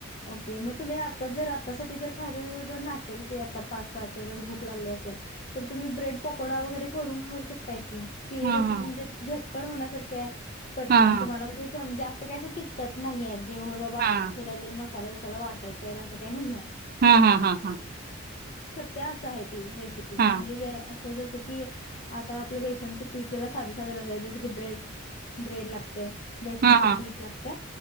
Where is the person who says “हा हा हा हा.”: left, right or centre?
Right